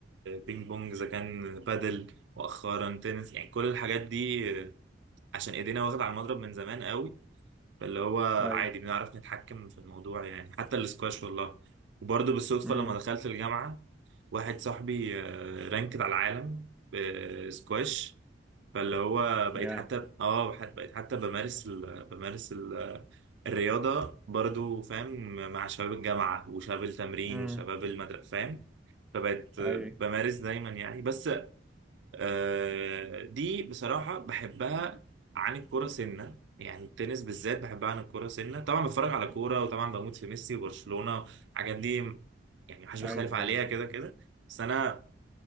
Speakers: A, on the right; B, in the centre.
A: بينج بونج اذا كان بادل مؤخرا تنس يعني كل الحاجات دي عشان ايدينا واخدة على المضرب من زمان قوي فاللي هو
B: اي
A: عادي بنعرف نتحكم في الموضوع يعني حتى الاسكواش والله وبرضه بالصدفة
B: امم
A: لما دخلت الجامعة واحد صاحبي آه، رانكد على العالم بسكواش فاللي هو بقيت
B: يا
A: حتى اه حت- بقيت حتى بمارس ال... بمارس ال... الرياضة برضو فاهم مع شباب الجامعة وشباب التمرين
B: امم
A: وشباب المدرسة فاهم فبقيت آه،
B: اي
A: بمارس دايما يعني بس آه، دي بصراحة بحبها عن الكورة سنة يعني التنس بالذات بحبها عن الكورة سنة طبعا بتفرج على كورة وطبعا بموت في ميسي وبرشلونة الحاجات دي يعني محدش بيختلف
B: ايوه
A: عليها
B: طبعا
A: كده كده بس أنا